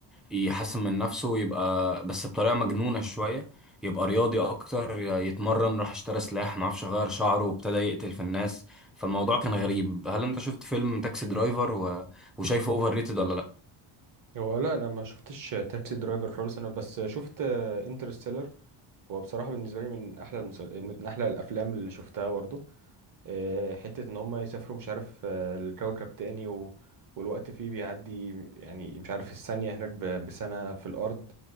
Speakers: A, in the centre; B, on the right (about 40°).
A: يحسن من نفسه ويبقى بس بطريقه مجنونه شويه يبقى رياضي اكتر يتمرن راح اشترى سلاح معرفش غير شعره وابتدى يقتل في الناس فالموضوع كان غريب هل انت شفت فيلم تاكسي درايفر و... وشايفه اوفر ريتد ولا لا
B: هو لا أنا ما شفتش تاكسي درايفر خالص أنا بس شفت انترستيلر هو بصراحة بالنسبة لي من أحلى المسل... من أحلى الأفلام اللي شفتها برضو آه، حتة إن هما يسافروا مش عارف آه، الكوكب تاني و... والوقت فيه بيعدي يعني مش عارف الثانية هناك ب... بسنة في الأرض